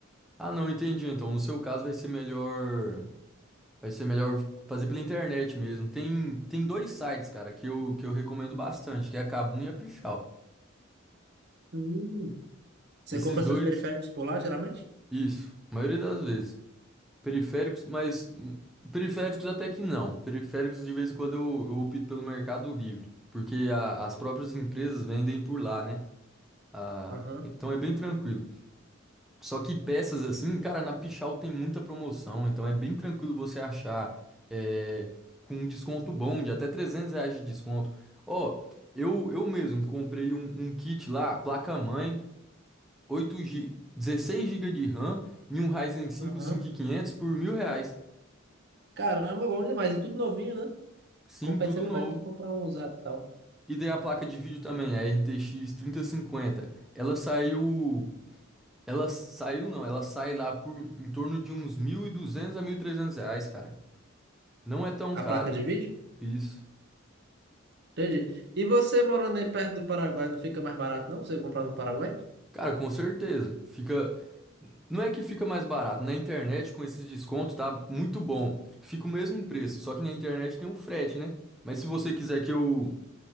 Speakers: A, in the centre; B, on the right.
A: Ah, não, entendi. Então, no seu caso vai ser melhor Vai ser melhor fazer pela internet mesmo. Tem, tem dois sites, cara, que eu, que eu recomendo bastante, que é a Kabum e a Pichau.
B: Hum. Você
A: Esses
B: compra seus
A: dois,
B: periféricos por lá, geralmente?
A: isso, a maioria das vezes. Periféricos, mas hum, periféricos até que não. Periféricos de vez em quando eu, eu opto pelo Mercado Livre, porque a- as próprias empresas vendem por lá, né? Ah,
B: Aham,
A: então é bem tranquilo. Só que peças assim, cara, na Pichau tem muita promoção, então é bem tranquilo você achar é, com um desconto bom de até 300 reais de desconto. Ó, eu, eu mesmo comprei um, um kit lá, placa-mãe, oito GB, 16 gigas de RAM e um Ryzen 5
B: aham.
A: quinhentos por mil reais.
B: Caramba, bom demais. E tudo novinho, né?
A: Sim,
B: Compensa
A: tudo
B: mesmo
A: novo.
B: aqui comprar um usado e tal.
A: E daí a placa de vídeo também, a RTX cinquenta, Ela saiu... Ela saiu não, ela sai lá por em torno de uns 1.200 a 1.300 reais, cara. Não é tão
B: A
A: caro.
B: placa de vídeo?
A: Isso.
B: Entendi. E você morando aí perto do Paraguai, não fica mais barato não você comprar no Paraguai?
A: Cara, com certeza. Fica. Não é que fica mais barato. Na internet, com esses descontos, tá muito bom. Fica o mesmo preço. Só que na internet tem o frete, né? Mas se você quiser que eu,